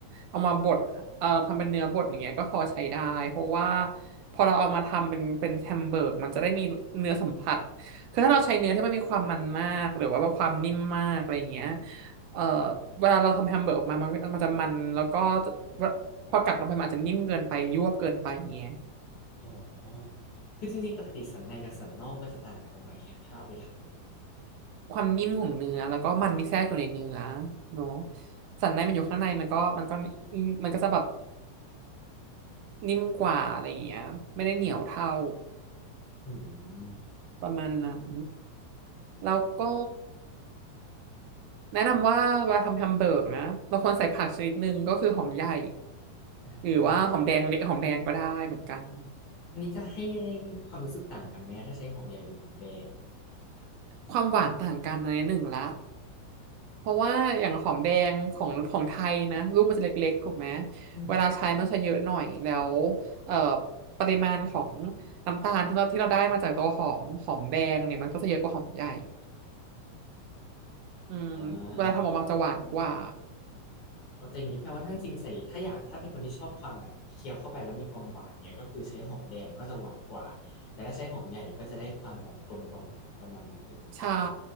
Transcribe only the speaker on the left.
อ๋อคือจริงๆปกติสันในกับสันนอกมันจะต่างกันตรงไหนอะถ้าเอาไปท
ำอืม
อ่า
อันนี้จะให้ความรู้สึกต่างกันไหมถ้าใช้หอมใหญ่หรือหอมแดง
อืม
อ่า เอาแต่อย่างนี้แปลว่าท่านจริงใส่ถ้าอยากถ้าเป็นคนที่ชอบความแบบเคี้ยวเข้าไปแล้วมีความหวานเนี่ยก็คือใช้หอมแดงก็จะหวานกว่าแต่ถ้าใช้หอมใหญ่ก็จะได้ความแบบกลมกล่อมประมาณนั้นถูกไหม